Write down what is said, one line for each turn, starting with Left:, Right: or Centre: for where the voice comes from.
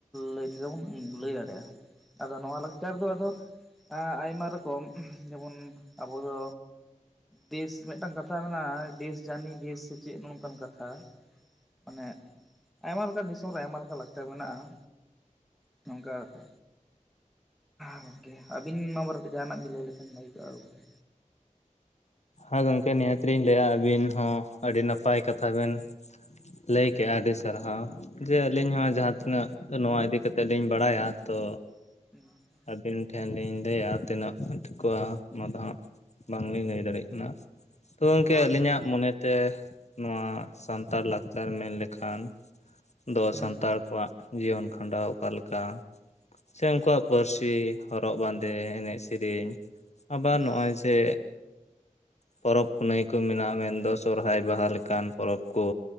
Centre: ᱞᱟᱹᱭ ᱛᱮᱫᱚ ᱵᱚᱱ ᱞᱟᱹᱭ ᱫᱟᱲᱮᱭᱟᱜᱼᱟ᱾ ᱟᱫᱚ ᱱᱚᱣᱟ ᱞᱟᱠᱪᱟᱨ ᱫᱚ ᱟᱫᱚ ᱟᱭᱢᱟ ᱨᱚᱠᱚᱢ ᱡᱮᱢᱚᱱ ᱟᱵᱚ ᱫᱚ ᱫᱮᱥ ᱢᱤᱜᱴᱟᱝ ᱠᱟᱛᱷᱟ ᱢᱮᱱᱟᱜᱼᱟ ᱫᱮᱥ ᱡᱟᱹᱱᱤᱜ ᱫᱮᱥ ᱥᱮ ᱪᱮᱜ ᱱᱚᱝᱠᱟᱱ ᱠᱟᱛᱷᱟ ᱢᱟᱱᱮ ᱟᱭᱢᱟ ᱞᱮᱠᱟᱱ ᱫᱤᱥᱚᱢ ᱨᱮ ᱟᱭᱢᱟ ᱞᱮᱠᱟᱱ ᱞᱟᱠᱪᱟᱨ ᱢᱮᱱᱟᱜᱼᱟ᱾ ᱱᱚᱝᱠᱟ ᱟᱠᱚ ᱜᱚᱝᱠᱮ ᱟᱹᱵᱤᱱ ᱱᱟᱣᱟᱵᱟᱨᱮ ᱛᱮ ᱡᱟᱦᱟᱸᱱᱟᱜ ᱵᱤᱱ ᱞᱟᱹᱭ ᱞᱮᱠᱷᱟᱱ ᱵᱷᱟ. ᱜᱤ ᱠᱚᱜᱼᱟ ᱜᱚᱝᱠᱮ?
Left: ᱦᱮᱸ ᱜᱚᱝᱠᱮ ᱱᱤᱦᱟᱹᱛ ᱞᱤᱧ ᱞᱟᱹᱭᱟ ᱟᱹᱵᱤᱱ ᱦᱚᱸ ᱟᱹᱰᱤ ᱱᱟᱯᱟᱭ ᱠᱟᱛᱷᱟ ᱵᱮᱱ ᱞᱟᱹᱭ ᱠᱮᱜᱼᱟ ᱟᱹᱰᱤ ᱥᱟᱨᱦᱟᱣ᱾ ᱡᱮ ᱟᱹᱞᱤᱧ ᱦᱚᱸ ᱡᱟᱦᱟᱸ ᱛᱤᱱᱟᱹᱜ ᱱᱚᱣᱟ ᱤᱫᱤ ᱠᱟᱛᱮᱜ ᱞᱤᱧ ᱵᱟᱲᱟᱭᱟ ᱛᱚ
Centre: <inaudible>
Left: ᱟᱹᱵᱤᱱ ᱴᱷᱮᱱ ᱞᱤᱧ ᱞᱟᱹᱭᱟ ᱛᱤᱱᱟᱹᱜ ᱴᱷᱤᱠᱚᱜᱼᱟ ᱚᱱᱟ ᱫᱚ ᱦᱟᱸᱜ ᱵᱟᱝᱞᱤᱧ ᱞᱟᱹᱭ ᱫᱟᱲᱮᱭᱟᱜ ᱠᱟᱱᱟ᱾ ᱛᱚ ᱜᱚᱝᱠᱮ
Centre: ᱦᱳᱭ
Left: ᱟᱹᱞᱤᱧᱟᱜ
Centre: ᱦᱳᱭ
Left: ᱢᱚᱱᱮ ᱛᱮ ᱱᱚᱣᱟ ᱥᱟᱱᱛᱟᱲ ᱞᱟᱠᱪᱟᱨ ᱢᱮᱱ ᱞᱮᱠᱷᱟᱱ ᱫᱚ
Centre: ᱦᱩᱸ
Left: ᱥᱟᱱᱛᱟᱲ ᱠᱚᱣᱟᱜ ᱡᱤᱭᱚᱱ ᱠᱷᱟᱸᱰᱟᱣ ᱚᱠᱟ ᱞᱮᱠᱟ ᱥᱮ ᱩᱱᱠᱩᱣᱟᱜ
Centre: ᱦᱩᱸ
Left: ᱯᱟᱹᱨᱥᱤ ᱦᱚᱨᱚᱜ ᱵᱟᱸᱫᱮ ᱮᱱᱮᱡ ᱥᱮᱨᱮᱧ ᱟᱵᱟᱨ
Centre: ᱦᱩᱸ
Left: ᱱᱚᱜᱼᱚᱭ ᱡᱮ ᱯᱚᱨᱚᱵᱽ ᱯᱩᱱᱟᱹᱭ ᱠᱚ ᱢᱮᱱᱟᱜᱼᱟ ᱢᱮᱱᱫᱚ ᱥᱚᱦᱨᱟᱭ ᱵᱟᱦᱟ ᱞᱮᱠᱟᱱ ᱯᱚᱨᱚᱵᱽ ᱠᱚ᱾